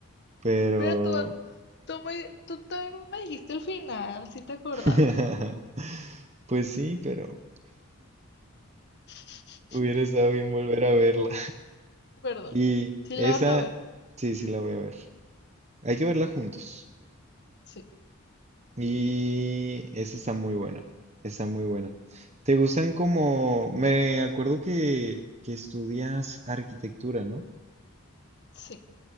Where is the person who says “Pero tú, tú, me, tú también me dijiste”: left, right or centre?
Left